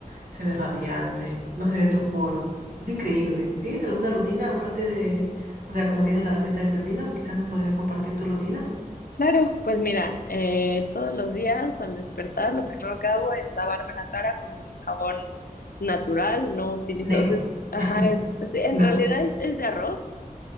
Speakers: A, on the right; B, on the left.
A: se ve radiante, no se ven tus poros. Es increíble. ¿Sigues alguna rutina aparte de, o sea, como tienes la receta del pepino, quizás me podrías compartir tu rutina?
B: Claro, pues mira, eh, todos los días al despertar lo primero que hago es lavarme la cara con un jabón natural, no utilizo,
A: Neko.
B: o sea, ajá,
A: <laughs>
B: es- es- en
A: No.
B: realidad es, es de arroz,